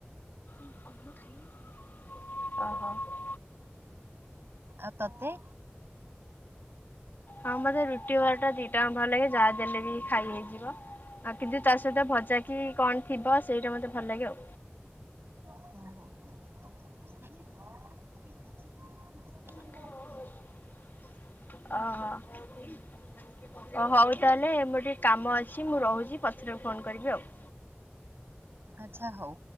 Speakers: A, on the left; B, on the right.
A: <inaudible> ଓହୋ।
B: ଆଉ ତୋତେ।
A: ହଁ, ମତେ ରୁଟି ପରଟା ଦିଟା ଭଲ ଲାଗେ। ଯାହା ଦେଲେ ବି ଖାଇ ହେଇଯିବ। ଆଉ କିନ୍ତୁ ତା ସହିତ ଭଜା କି କଣ ଥିବ, ସେଇଟା ମତେ ଭଲ ଲାଗେ ଆଉ।
B: <inaudible>
A: <inaudible> ଓ, ହଉ ତାହେଲେ। ମୋର ଟିକେ କାମ ଅଛି, ମୁଁ ରହୁଛି। ପଛରେ ଫୋନ୍ କରିବି ଆଉ।
B: ଆଚ୍ଛା, ହଉ।